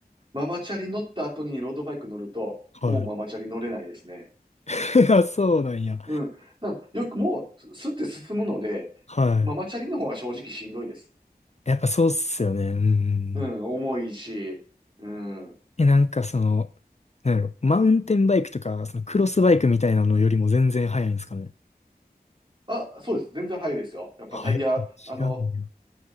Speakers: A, on the right; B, on the left.
A: ママチャリ乗った後にロードバイク乗ると、
B: はい。
A: もうママチャリ乗れないですね。
B: <laughs> あ、そうなんや。
A: うん。なよくもう、すすって進むので、
B: は
A: ママチャリの方が正直しんどいです。
B: い。やっぱそうっすよね。うんうんう
A: うん、
B: ん。
A: 重いし、うん。
B: え、なんかその、なんやろ、マウンテンバイクとか、そのクロスバイクみたいなのよりも全然速いんですかね。
A: あ、そうです。全然速いですよ。やっぱタイヤ、
B: はや、違
A: あの、
B: うんや。